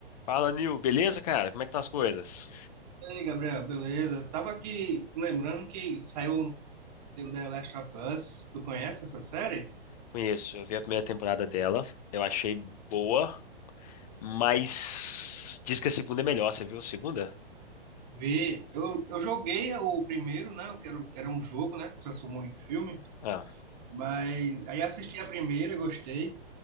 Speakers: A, on the left; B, on the right.
A: Fala, Nil, beleza, cara? Como é que estão as coisas?
B: E aí, Gabriel, beleza? Tava aqui lembrando que saiu The Last of Us. Tu conhece essa série?
A: Conheço, eu vi a primeira temporada dela, eu achei boa, mas diz que a segunda é melhor, você viu a segunda?
B: Vi. Eu, eu joguei o primeiro, né? Eu quero, era um jogo, né? Que se transformou em filme.
A: Ah,
B: Mas aí assisti a primeira, gostei.